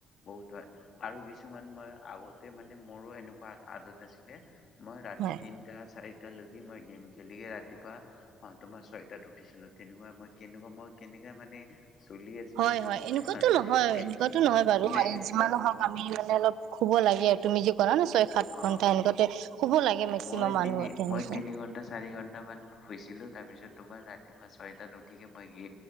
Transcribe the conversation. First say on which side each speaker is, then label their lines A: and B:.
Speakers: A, on the left; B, on the right.
A: বহুত হয় আৰু কিছুমান মই আগতে মানে মোৰো এনেকুৱা আ আদত আছিলে মই ৰাতি
B: হয়
A: তিনটা, চাৰি তেতিয়া লৈকি মই গেম খেলিয়ে ৰাতিপুৱা অহ তোমাৰ ছয়টাত উঠিছিলো। তেনেকুৱা মই কেনেকুৱা মই কে নে মানে চলি আছিলো
B: হয়
A: সেইটো
B: হয়
A: গম
B: এনেকুৱাতো
A: পোৱা নাই
B: নহয়
A: এ
B: এনেকুৱাতো
A: ইমান
B: নহয় বাৰু।
A: খিনাই গৈছিলো
B: যিমানো হওক আমি মানে
A: অ
B: অলপ শুব লাগে। তুমি যি কৰা ন' ছয়-সাত ঘন্টা
A: অ
B: এনেকুৱাতে শুব লাগে মেক্সিমাম
A: মই
B: মানুহ
A: তিনি
B: তেনেকুৱা
A: মই তিনি ঘন্টা, চাৰি ঘন্টা মান শুইছিলো তাৰ পিছত তোমাৰ ৰাতিপুৱা ছয়টাত উঠিকে মই এ